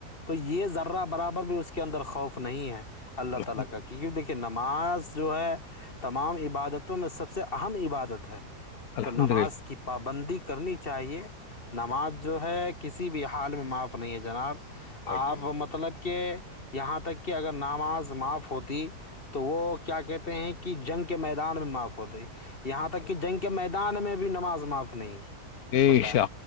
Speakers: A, on the left (about 35°); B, on the left (about 65°).
A: تو یہ ذرہ برابر بھی اس کے اندر خوف نہیں ہے اللہ
B: الحمد
A: تعالی
B: للہ
A: کا کیونکہ دیکھیے نماز جو ہے تمام عبادتوں میں سب سے اہم عبادت ہے
B: الحمد
A: تو نماز
B: للہ
A: کی پابندی کرنی چاہیے نماز جو ہے کسی بھی حال میں معاف نہیں ہے جناب آپ
B: بالکل
A: مطلب کہ یہاں تک کہ اگر نماز معاف ہوتی تو وہ کیا کہتے ہیں کہ کہ جنگ کے میدان میں معاف ہوتے ہے یہاں تک
B: الحمد
A: کہ جنگ کے
B: للہ
A: میدان میں بھی نماز معاف نہیں
B: بیشا
A: بتائیں